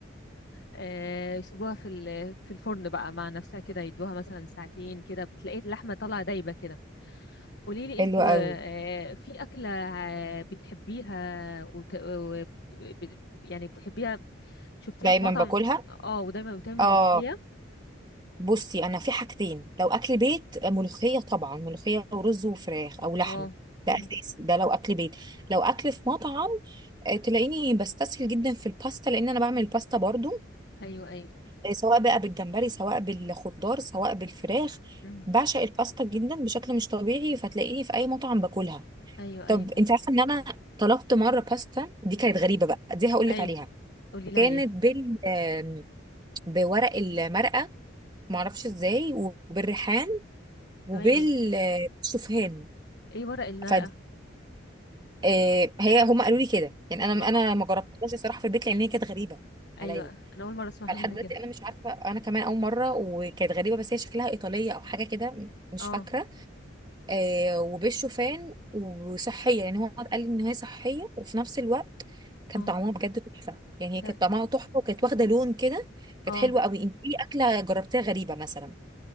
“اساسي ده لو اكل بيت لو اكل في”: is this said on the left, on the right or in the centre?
Right